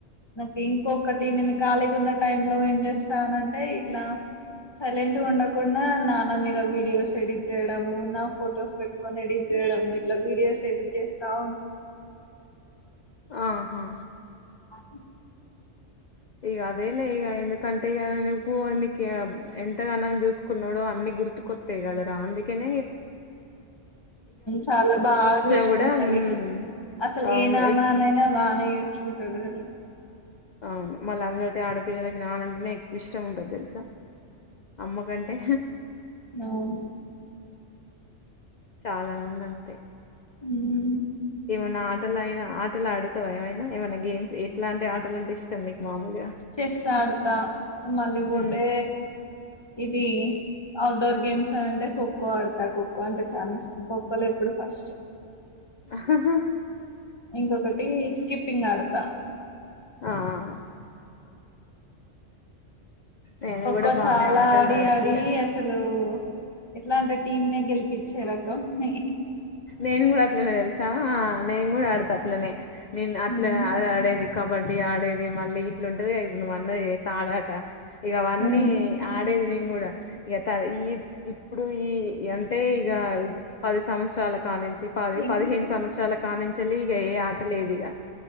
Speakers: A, on the left; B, on the left.
A: నాకు ఇంకొకటి నేను ఖాళీగా ఉన్న టై లో ఏం చేస్తానంటే ఇట్లా సైలెంట్ ఉండకుండా నా నా మీద వీడియోస్ ఎడిట్ చేయడము నా ఫోటోస్ పెటుకొని ఎడిట్ చేయడం ఇట్ల వీడియోస్ ఏది చేస్తావును
B: ఆహా
A: అ
B: ఈగ అదే ఇల్ ఈ ఇంద కంట ఎక్కువందుకి ఎంతగానం చూసుకున్నాడో అన్ని గుర్తుకొస్తాయి కదా రా కన
A: చాలా బాగా చూసుకున్నది
B: కూడా మ్,
A: అసలు
B: అవును
A: ఏ నానానైనా
B: ఎక్-
A: బాగానే చేస్తుంటారు కద్
B: అవును మళ్ళీ అందులోటి ఆడపి పిల్లలకి నాన్నంటేనే ఎక్కువ ఇష్టం ఉంటుంది తెలుసా అమ్మకంటే
A: నవును
B: చాలా మంది అంతే
A: ఉమ్
B: ఏమనా ఆటలుయినా ఆటలు ఆడతావా ఏమైనా ఏమైనా గేమ్స్ ఎట్లాంటి ఆటలు అంటే ఇష్టం నీకు మామూలుగా
A: చేస్తాడత మళ్ళీపోతే
B: ఉమ్.
A: ఇది అఔట్డోర్ గేమ్స్ అ అంటే ఖోఖో ోఖో పడతా ోఖో అంటే చాలా ఇష్టం ోఖోలో ఇప్పుడు ఫస్ట్
B: ఆాహా
A: ఇంకొకటి స్కకిప్పింగ్ ఆడత
B: ఆ నేను
A: ఒక్కో
B: కూడా బానే
A: చాలా
B: ఆటలు
A: ఆడి
B: ఆడుత
A: ఆడి
B: ఇగ
A: అసలు ఎట్లా అంటే టీమ్ నే గెలిపించే రకంన్ని
B: నేను కూడా అట్లనే తెలుసా నేను కూడా ఆడతా అట్లనే నేను అట్లా
A: హ్మ్
B: ఆడేది కబడ్డీ ఆడేది మళ్ళీ ఇట్లాంటది ఇప్పుడు నువ అన్నది తాడాట ఇక అవన్నీ
A: హ్మ్
B: ఆడేది నేను కూడా ఇక ఈ ఇప్పుడు ఈ అంటే ఇక పది సంవత్సరాల కా నుంచి పది
A: ఏంటి
B: పదిహేను సంవత్సరాల కానుంచి ఇక ఏ ఆట లేదు ఇక